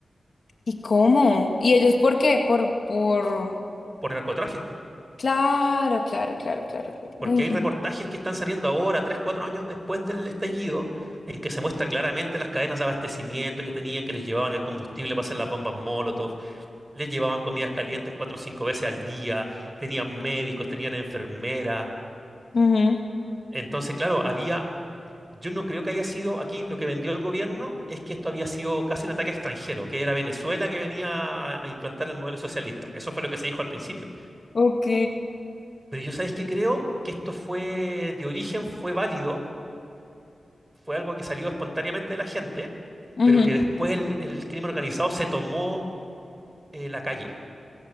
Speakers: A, on the left (about 60°); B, on the right (about 20°).
A: ¿Y cómo? ¿Y ellos por qué? Por, por...
B: por narcotráfico.
A: Claro, claro, claro, claro, claro. Uy,
B: Porque hay
A: no.
B: reportajes que están saliendo ahora, tres, cuatro años después del estallido, en que se muestra claramente las cadenas de abastecimiento que tenían, que les llevaban el combustible para hacer las bombas Molotov, les llevaban comidas calientes cuatro o cinco veces al día, tenían médicos, tenían enfermeras.
A: Ujú.
B: Entonces, claro, había Yo no creo que haya sido aquí lo que vendió el gobierno es que esto había sido casi un ataque extranjero, que era Venezuela que venía a, a implantar el modelo socialista. Eso fue lo que se dijo al principio.
A: Ok.
B: Pero yo sabéis que creo que esto fue de origen, fue válido, fue algo que salió espontáneamente de la gente,
A: Ujú.
B: pero que después el, el crimen organizado se tomó eh, la calle,